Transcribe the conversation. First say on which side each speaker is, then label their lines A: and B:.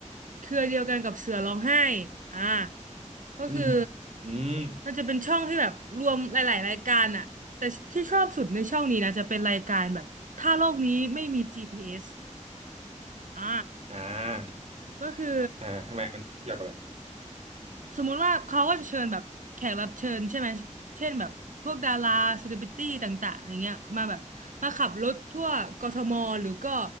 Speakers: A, on the right (about 80°); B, on the right (about 55°).
A: เครือเดียวกันกับเสือร้องไห้อ่าก็คือ
B: อืมอืม
A: มันจะเป็นช่องที่แบบรวมหลายๆรายการอะแต่ที่ชอบสุดในช่องนี้นะจะเป็นรายการแบบถ้าโลกนี้ไม่มี GPS อสอ่า
B: อ่า
A: ก็คือ
B: อ่าทำไมมันเกี่ยวกับอะไร
A: สมมุติว่าเขาก็จะเชิญแบบแขกรับเชิญใช่ไหมเช่นแบบพวกดาราเซเลบริตี้ต่างๆอย่างเงี้ยมาแบบมาขับรถทั่วกทมหรือก็